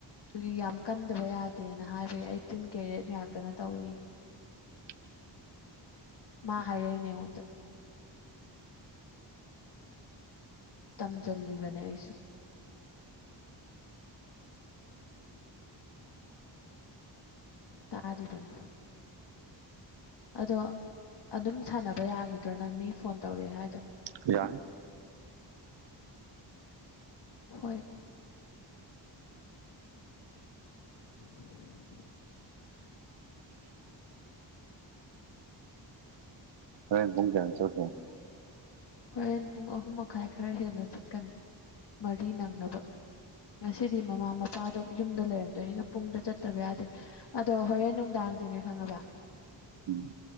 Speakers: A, on the left (about 60°); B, on the right (about 65°).
A: ꯑꯗꯨꯒꯤ ꯌꯥꯝ ꯀꯟꯗꯕ ꯌꯥꯗꯦꯅ ꯍꯥꯏꯕꯩ ꯑꯥꯏꯇꯤꯟ ꯀꯦꯔꯦꯠ ꯉꯥꯛꯇꯅ ꯇꯧꯏꯌꯦ
B: <inaudible>
A: ꯃꯥ ꯍꯥꯏꯔꯛꯏꯅꯦ ꯑꯩꯉꫭꯟꯗꯥ ꯇꯝꯖꯤꯜꯂꯤꯕꯅꯦ ꯑꯩꯁꯨ ꯇꯥꯔꯤꯕꯅꯦ ꯑꯗꯣ ꯑꯗꯨꯝ ꯁꯥꯟꯅꯕ ꯌꯥꯒꯤꯗ꯭ꯔꯣ ꯅꯪ ꯃꯤ ꯐꯣꯟ ꯇꯧꯔꯛꯑꯦ ꯍꯥꯏꯗꯣ
B: ꯌꯥꯏ
A: ꯍꯣꯏ <inaudible>
B: ꯍꯧꯔꯦꯟ ꯄꯨꯡ ꯀꯌꯥꯗ ꯆꯠꯇꯣꯏꯅꯣ
A: ꯍꯣꯔꯦꯟ ꯄꯨꯡ ꯑꯍꯨꯝ ꯃꯈꯥꯏ ꯈꯔ ꯍꯦꯜꯂ ꯆꯠꯀꯅꯤ ꯃꯔꯤ ꯅꯪꯅꯕ ꯉꯁꯤꯗꯤ ꯃꯃꯥ ꯃꯄꯥꯗꯣ ꯌꯨꯝꯗ ꯂꯩꯔꯝꯗꯣꯏꯅꯤꯅ ꯄꯨꯡꯗ ꯆꯠꯇꯕ ꯌꯥꯗꯦ ꯑꯗꯣ ꯍꯣꯔꯦꯟ ꯅꯨꯡꯗꯥꯡꯗꯤꯅꯦ ꯈꯪꯉꯕ
B: ꯎꯝ